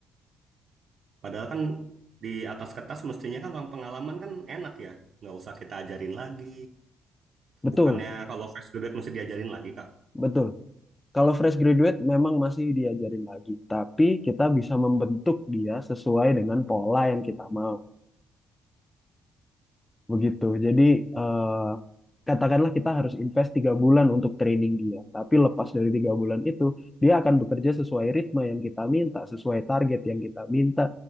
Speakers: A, on the right (about 60°); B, on the left (about 15°).
A: Padahal kan di atas kertas mestinya kan orang pengalaman kan enak ya. Nggak usah kita ajarin lagi.
B: Betul,
A: Bukannya kalau fresh graduate mesti diajarin lagi, Kak.
B: betul. Kalau fresh graduate memang masih diajarin lagi, tapi kita bisa membentuk dia sesuai dengan pola yang kita mau. Begitu. Jadi eh, katakanlah kita harus invest tiga bulan untuk training dia. Tapi lepas dari tiga bulan itu, dia akan bekerja sesuai ritme yang kita minta, sesuai target yang kita minta,